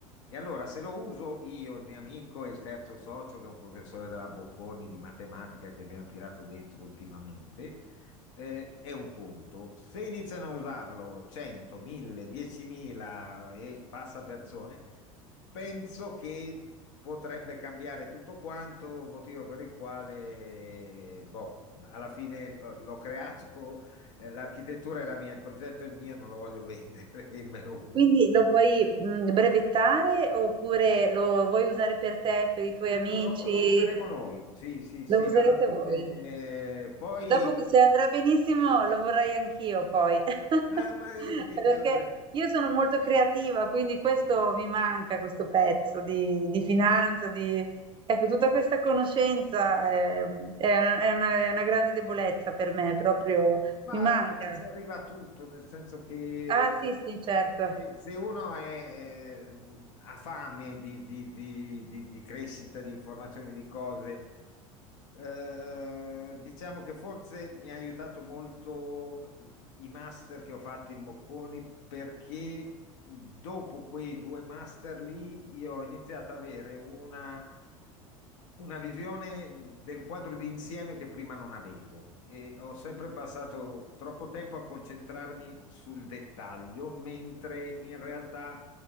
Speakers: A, on the left; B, on the right.
A: E allora, se lo uso io, il mio amico e il terzo socio, che è un professore della Bocconi di matematica che abbiamo tirato dentro ultimamente, eh, è un conto. Se iniziano a usarlo 100, 1000, 10.000 e passa persone, penso che potrebbe cambiare tutto quanto, motivo per il quale, boh, alla fine l- l'ho creato, eh, l'architettura è la mia, il progetto è il mio, non lo voglio vendere <laughs> e me lo uso.
B: Quindi lo vuoi mh, brevettare oppure lo vuoi usare per te, per i tuoi
A: Lo,
B: amici?
A: lo- lo useremo noi, sì, sì, sì,
B: Lo userete
A: alla fine.
B: voi?
A: eh, poi,
B: Dopo che se andrà benissimo lo vorrei anch'io poi, <laughs>
A: ma, ma, eh, vedi,
B: perché
A: allora,
B: io sono molto creativa, quindi questo mi manca, questo pezzo di, di finanza, di... Ecco, tutta questa conoscenza ehm, è, è una, è una grande debolezza per me, proprio
A: Ma,
B: mi manca.
A: ma ci si arriva a tutto, nel senso che
B: Ah sì, sì, certo.
A: se se uno è, eh, ha fame di, di- di- di- di crescita, di informazioni, di cose, eh, eh, diciamo che forse mi ha aiutato molto eh, i master che ho fatto in Bocconi perché dopo quei due master lì io ho iniziato ad avere eh, una visione del quadro di insieme che prima non avevo e ho sempre passato troppo tempo a concentrarmi sul dettaglio, mentre in realtà